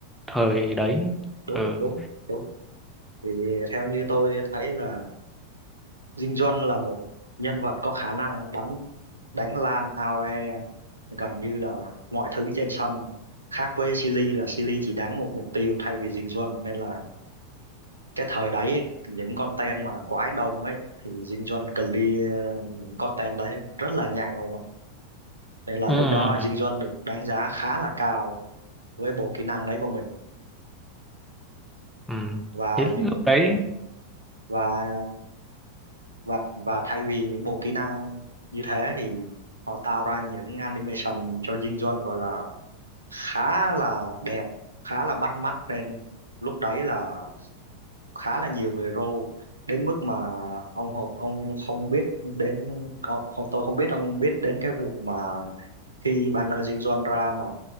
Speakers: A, in the centre; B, on the right (about 80°).
A: thời đấy.
B: Đúng,
A: Ừ.
B: đúng, đúng. Vì theo như tôi thấy là Dinh Duân là một nhân vật có khả năng đánh đánh lan AoE gần như là mọi thứ trên sân. Khác với Silly là Silly chỉ đánh một mục tiêu thay vì Dinh Duân nên là cái thời đấy ấy, những con ten mà quái đông ấy thì Dinh Duân clear những con ten đấy rất là nhanh không ạ? Nên là
A: Ừ.
B: lúc đó
A: ừ.
B: Dinh Duân được đánh giá khá là cao với bộ kỹ năng đấy của mình
A: ừ.
B: và
A: Thế lúc
B: những
A: đấy
B: và và và thay vì những bộ kỹ năng như thế thì họ tạo ra những animation cho dinh Duân gọi là khá là đẹp khá là bắt mắt nên lúc đấy là khá là nhiều người rô đến mức mà ông Hộp ông không biết đến ông, không- tôi không biết ông biết đến cái vụ mà khi banner dinh Duân ra mà